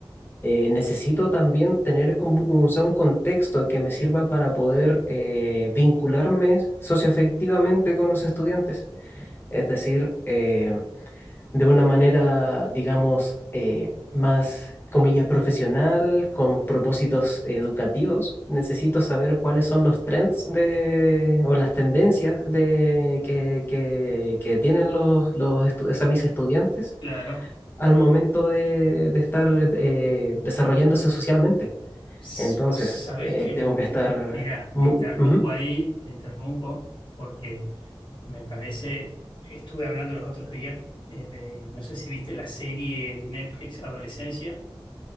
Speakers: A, on the left (about 25°); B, on the left (about 60°).
A: eh, necesito también tener como un, o sea, un contexto que me sirva para poder eh, vincularme socioafectivamente con los estudiantes. Es decir, eh, de una manera, digamos, eh, más, comilla, profesional, con propósitos educativos. Necesito saber cuáles son los trends de, o las tendencias de, que, que- que tienen los, los estu- o sea, mis estudiantes
B: Claro,
A: al momento de, de estar eh, desarrollándose socialmente.
B: s-
A: Entonces,
B: vos sabés
A: eh,
B: que, mm,
A: tengo que estar...
B: mira,
A: mu-
B: te interrumpo
A: ujú.
B: ahí, te interrumpo, porque me parece, estuve hablando los otros días eh, de, no sé si viste la serie de Netflix Adolescencia.